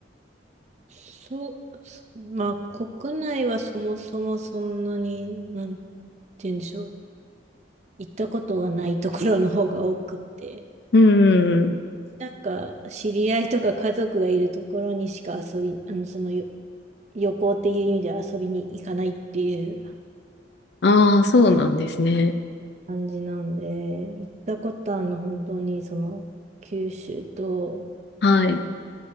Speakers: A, on the right; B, on the left.
A: そう、そまあ、国内はそもそもそんなに、なんて言うんでしょう。行ったことがないところの方が多くって。
B: うん。
A: なんか、知り合いとか家族がいるところにしか遊び、あの、そのよ、旅行っていう意味では遊びに行かないっていう
B: ああ、そうなんですね。
A: 感じなんで、行ったことあるの本当にその九州と、
B: はい。